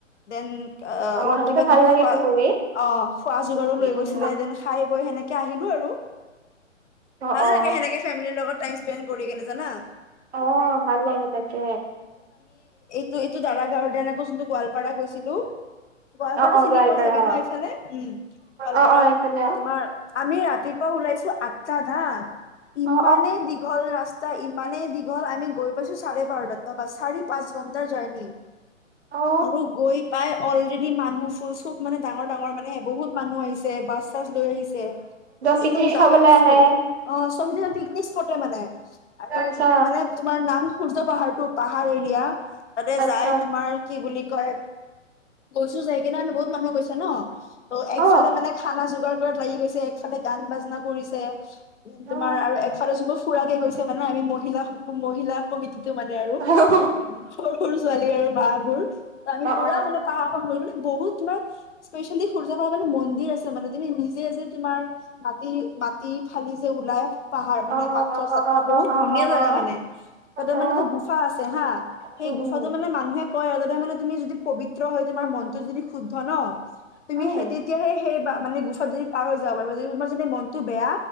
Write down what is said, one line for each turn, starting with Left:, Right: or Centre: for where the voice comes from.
Left: দেন
Right: অ
Left: অলপ
Right: সেনেকে
Left: কিবা-কিবি
Right: ভাল লাগে
Left: খোৱা
Right: পুখুৰী
Left: অ, খোৱা যোগাৰো লৈ
Right: উম
Left: গৈছিলে দেন খাই বৈ সেনেকে আহিলো আৰু।
Right: অ',
Left: ভাল
Right: অ',
Left: লাগে <unintelligible> লগত টাই স্পেন কৰি কেনে জানা?
Right: অ, ভাল লাগে তাকে।
Left: টো এইটো দাৰাগাও দিয়া না আকৌ যোনটো গোৱালপাৰা গৈছিলো গোৱালপাৰাটো
Right: অ অ
Left: চিনি
Right: গোৱালপাৰা
Left: পোৱা চাগে ন' এইফালে উম। গোৱালপাৰা,
Right: অ অ অ এইফালে অ
Left: তোমাৰ আমি ৰাতিপুৱা ওলাইছ আঠটাত হা, ইমানেই
Right: অ অ
Left: দীঘল ৰাচ তা, ইমানেই দীঘল আমি গৈ পাইছোঁ চাৰে বাৰতাত <unintelligible> চাৰি, পাঁচ ঘণ্টাৰ জাৰ্নি
Right: অ অ
Left: আৰু গৈ পাই অলৰেডি মানুহ খুব মান ডাঙৰ, ডাঙৰ মানে বহুত মানুহ আহিছে বাছ <unintelligible> লৈ আহিছে
Right: পিকনিক
Left: একদম জাগাই
Right: খাবলৈ
Left: ফোল
Right: আহে
Left: অ' পিকনিক‌ স্পটে মানে আৰু
Right: আচ্ছা
Left: মানে তোমাৰ নাম সূৰ্য পাহাৰ টো, পাহাৰ এৰিয়া তাতে
Right: আচ্ছা
Left: যায় তোমাৰ কি বুলি কয় গৈছোঁ যায় কেনে মানে বহুত মানুহ গৈছে ন! ত' একফালে
Right: অ
Left: মানে খানা যোগাৰ কৰাত লাগি গৈছে, একফালে গান বাজনা কৰিছে, উম তোমাৰ
Right: অ
Left: আৰু একফালে যোনবোৰ ফুৰাকে গৈছে মানে আমি মহিলা, মহিলা কমিটিটো মানে আৰু
Right: অ অ অ
Left: সৰু, সৰু ছোৱালী আৰু বাবোৰ আমি পুৰা
Right: অ অ
Left: মানে পাহাৰখন ঘূৰি মানে বহুত তোমাৰ স্পেচিয়ালী সূৰ্য পা মানে মন্দিৰ আছে মানে তুমি নিজে যে, তোমাৰ মাটি, মাটি ফালি যে, ওলাই পাহাৰ
Right: অ
Left: মানে পাথৰ সত্তৰ বহুত
Right: অ
Left: ধুনীয়া জেগা
Right: অ অ
Left: মানে তাতে
Right: অ
Left: মানে এটা গুফা আছে হা সেই
Right: উম
Left: গুফাটো
Right: উম
Left: মান মানুহে কয় আৰুগতে মানে তুমি যদি পবিত্ৰ হয়, তোমাৰ মনটো যদি শুদ্ধ ন' তুমি
Right: উম
Left: সেই তেতিয়াহে সেই বা মানে গোফাতোদি পাৰ হৈ আৰু তোমাৰ যদী মনতটো বেয়া